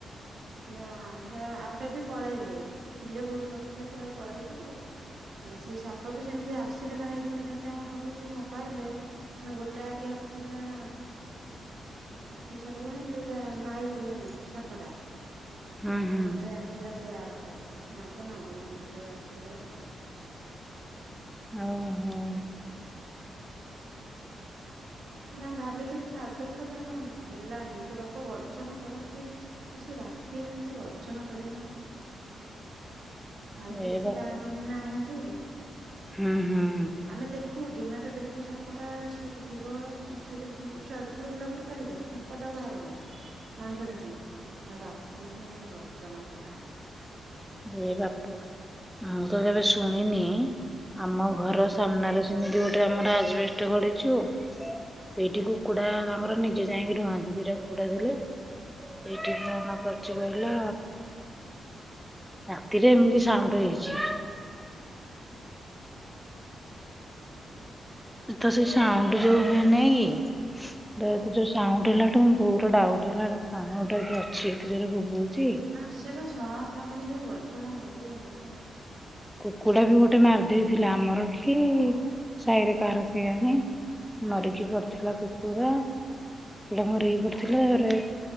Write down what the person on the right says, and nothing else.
ନା ସେ ଆପେ ବି ପଳେଇଲେ। ଥିଲେ ବହୁତ ବର୍ଷ ସାରିକି କୁଆଡେ ପଳେଇଥିଲେ। ହୁଁ ସେଇ ସାପ ବି ସେମିତି ଆସିଲେ ମାନେ ଏଇଥର ଯେମିତି ଆମ ଘରକୁ ସେ ସାପ ଆଇଲେ ମାନେ ଗୋଟେ ଆଗେ ଆସିଥିଲା କି ସାପ ଜାଣିଛୁ ଯୋଉଟା ମାଇ ସାପଟା।
ଆଉ
ଗୋଟେ ଆସିଲା ସେ ଆର ସାପ ନାଗ ନାଗୁଣୀ ଏମିତି ସବୁ ଆସିଲେ ଆଉ।
ନା ଭାବିଥିଲୁ ଛାଡଦବୁ ବୋଲି ନା ହେଲାନି ସେ ବାପ ଗର୍ଜନ କରନ୍ତି ବେସି ରାତି ହେନେ ଖାଲି ଗର୍ଜନ କରିବ ମାନେ। ଖାଇତେ
କିଛି
ପାଆନ୍ତିନି ନା ହେଠି
ଆମେ ଦେଖ ଖୁ ଦିନରେ ଦେଖୁ ସାପଟା ଶୁଆଇ ଥିବ ସେଠି ଚରୁଥିବ ବୁଲାବୁଲି କରିବ କିନ୍ତୁ ପଦାକୁ ବାହାରେ ନାହିଁ ମଣିଷ ଦେଖେନି। ଆଉ ରାତି ହେନେ ଖାଲି ଗର୍ଜନ କଲା।
ହୁଁ
ହଁ ସେ ପା ସଂ ସଂ କରିକି ଯୋଉ ଗର୍ଜନ କରିବେ ମା